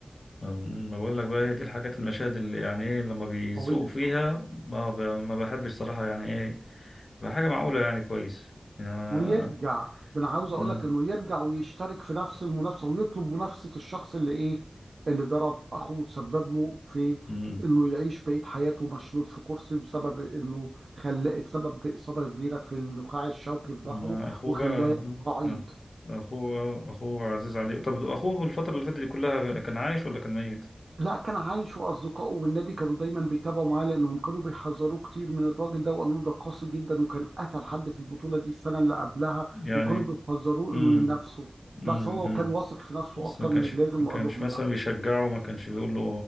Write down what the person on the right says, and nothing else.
قويه
ويرجع ده انا عاوز
اقول لك انه يرجع ويشترك في نفس المنافسه ويطلب منافسه الشخص اللي ايه اللي ضرب اخوه وسبب له في
انه يعيش بقيه حياته مشلول في كرسي بسبب انه خلاه اتسبب باصابه كبيره في النخاع الشوكي في ظهره
وخلاه
قعيد
لا كان عايش واصدقائه والنادي كانوا دايما بيتابعوا معاه لانهم كانوا بيحذروه كتير من الراجل ده وقالوا له ده قاسي جدا وكان قتل حد في البطوله دي السنه اللي قبلها
وكانوا بيحذروه
انه ينافسه
بس هو
كان واثق في نفسه
اكتر
من اللازم
وقال لهم
لا